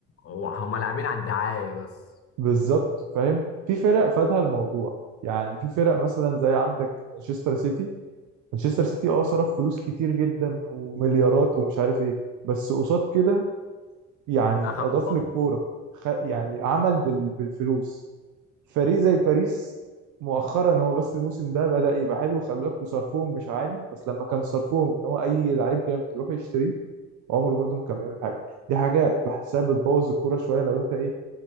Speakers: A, on the left; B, on the right.
A: هو- هما لاعبين على الدعاية بس
B: بالظبط فاهم في فرق فادها الموضوع يعني في فرق مثلا زي عندك مانشستر سيتي مانشستر سيتي اه صرف فلوس كتير جدا ومليارات ومش عارف ايه بس قصاد كده يعني
A: أخدوا
B: اضاف
A: قصادها
B: للكوره خ... يعني عمل بال... بالفلوس فريق زي باريس مؤخرا هو بس الموسم ده بدأ يبقى حلو خلي بالك وصرفهم مش عالي بس لما كان صرفهم ان هو اي لعيب جامد يروح يشتريه عمره برده ما كان بيعمل حاجه دي حاجه بحسها بتبوظ الكوره شويه لو انت ايه